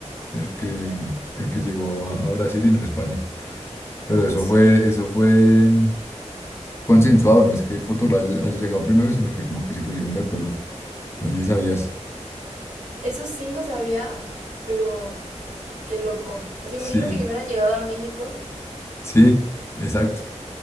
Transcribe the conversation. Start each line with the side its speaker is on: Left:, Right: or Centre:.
Left: el que,
Right: Ujú,
Left: el que llegó a, a Brasil y no España. Pero eso
Right: Sí,
Left: fue, eso fue mm, consensuado, no es que Portugal haya haya llegado primero, sino que como que se pusieron de acuerdo No sé si sabías.
Right: eso sí no sabía, pero qué loco. O sea,
Left: Sí,
Right: imagínate que hubieran llegado a México.
Left: sí, exacto.